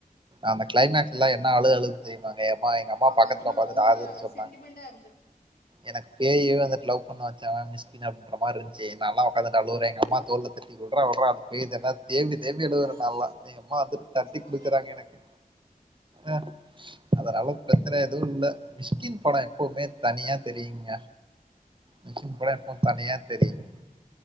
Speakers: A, on the right; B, on the left.
A: அந்த க்ளைமேக்ஸ்ல்லா என்னா அழுக அழு தெய்மாங்க எம்மா எங் அம்மா
B: ஆமா
A: பக்கத்ல
B: அதெல்லா
A: ஒக்காந்துட்டு
B: ரொம்ப
A: ஆறுதல் சொன்னாங்க
B: சென்டிமெண்டா இருந்து
A: எனக்கு பேயவே வந்துட்டு லவ் பண்ண வச்சவன் மிஸ் கின் அப்ன்ட்ற் மாரிந்துச்சு நல்லா உக்காந்துட்டு அழுவுற எங் அம்மா தோல்ல தடி குடுத் உட்ற உட்ற அது போய் தான்டா தேம்பி தேம்பி அழுவுற
B: ம்
A: நல்லா எங்கமா வந்துட்டு தட்டி
B: ம்
A: குடுக்குறாங்க எனக்கு அ அதனாலு ப்ரச்சன எதுவு இல்ல மிஸ்கின் பட எப்பவுமே தனியா தெரியுங்க மிச்சின் பட எப்பவு தனியா தெரியிங்